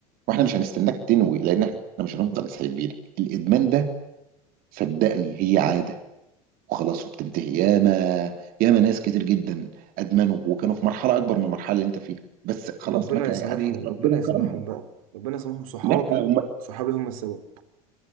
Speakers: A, on the right; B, on the right.
A: واحنا مش هنستناك تنوي لان احنا مش هنفضل سايبينك الادمان ده صدقني هي عادة وخلاص وبتنتهي ياما ياما ناس كتير جدا ادمنوا وكانوا في مرحله اكبر من المرحله اللي انت فيها بس خلاص
B: ربنا
A: ما كان
B: يسامحهم
A: يعني
B: ربنا
A: ربنا
B: يسامحهم
A: كرمهم
B: بقى ربنا يسامحهم صحابي
A: لا هم
B: صحابي هم السبب